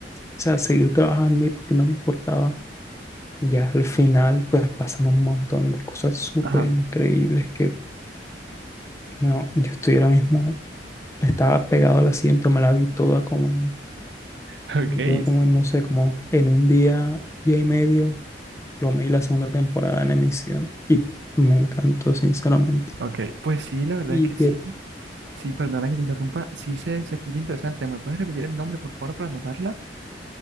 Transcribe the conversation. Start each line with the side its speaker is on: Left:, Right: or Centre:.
Left: sea, seguir trabajando y porque no le importaba. Ya al final, pues pasan un montón de cosas súper
Right: Ajá.
Left: increíbles que, no, yo estoy ahora mismo, estaba pegado al asiento, me la vi toda como en,
Right: Ok,
Left: me vi toda como
Right: sí.
Left: en, no sé, como en un día, día y medio, lo vi la segunda temporada en emisión y me encantó, sinceramente.
Right: Ok, pues sí, la verdad
Left: Y
Right: es que
Left: de
Right: sí. Sí, perdona que te interrumpa. Sí, se, se escucha interesante. ¿Me puedes repetir el nombre, por favor, para anotarla?